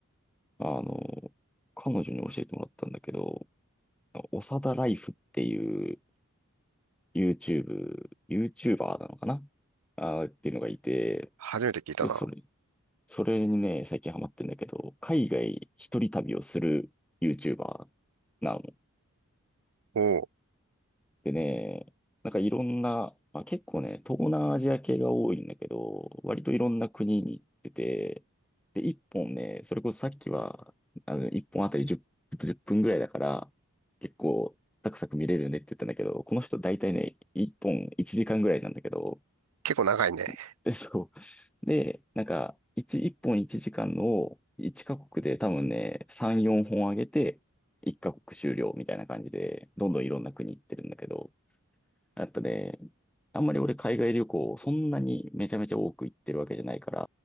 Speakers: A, in the centre; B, on the right.
A: あの、彼女に教えてもらったんだけど、おさだライフっていう YouTube、YouTuber なのかなあーっていうのがいて、
B: 初めて聞いたな。
A: そ、それ、それにね、最近ハマってんだけど、海外一人旅をする YouTuber なの。
B: おお、
A: でね、なんかいろんな、まあ、結構ね、東南アジア系が多いんだけど、割といろんな国に行ってて、で、一本ね、それこそさっきは、あの、一本あたり10、分ぐらいだから、結構、サクサク見れるねって言ったんだけど、この人大体ね、一本1時間ぐらいなんだけど、
B: 結構長いね。
A: <laughs> えそう。で、なんか、1、一本1時間のを1カ国で多分ね、3、4本上げて、1カ国終了みたいな感じで、どんどんいろんな国行ってるんだけど、やっぱね、あんまり俺海外旅行、そんなにめちゃめちゃ多く行ってるわけじゃないから、